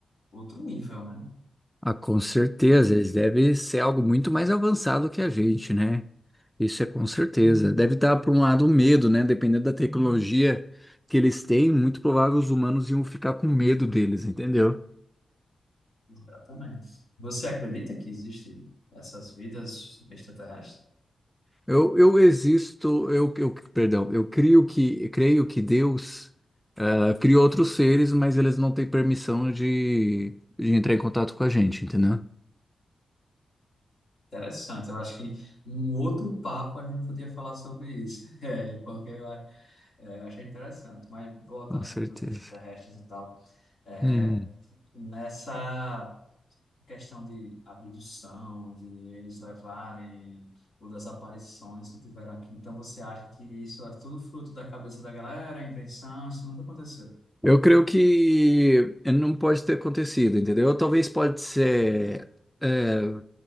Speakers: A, on the left (about 75°); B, in the centre.
A: outro nível, né?
B: Ah, com certeza, eles devem ser algo muito mais avançado que a gente, né? Isso é com certeza. Deve estar, por um lado, um medo, né? Dependendo da tecnologia que eles têm, muito provável os humanos iam ficar com medo deles, entendeu?
A: Exatamente. Você acredita que existem essas vidas extraterrestres?
B: Eu, eu existo, eu, eu, perdão, eu crio que, creio que Deus ah, criou outros seres, mas eles não têm permissão de, de entrar em contato com a gente, entendeu?
A: Interessante, eu acho que em outro papo a gente podia falar sobre isso, <laughs> É, e porque eu, a- é, eu achei interessante. Mas voltando
B: Com certeza.
A: aqui para os extraterrestres e tal, é,
B: Hum.
A: nessa questão de abdução, de eles levarem ou das aparições que tiveram aqui, então você acha que isso é tudo fruto da cabeça da galera, invenção? Isso nunca aconteceu.
B: Eu creio que não pode ter acontecido, entendeu? Talvez pode ser. é,